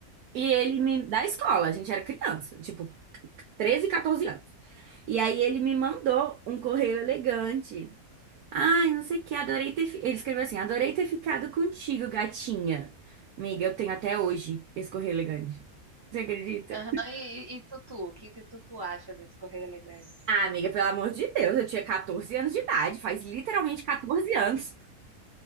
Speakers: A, on the right (about 85°); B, on the right (about 20°).
A: E ele me, da escola, a gente era criança, tipo, 13, 14 anos. E aí ele me mandou um correio elegante. Ai, não sei o que, adorei ter. fi- Ele escreveu assim: adorei ter ficado contigo, gatinha. Amiga, eu tenho até hoje esse correio elegante. Você acredita?
B: Aham. E e e tutu, o que que o tutu acha desse correr elegante?
A: Ah, amiga, pelo amor de Deus, eu tinha 14 anos de idade, faz literalmente 14 anos.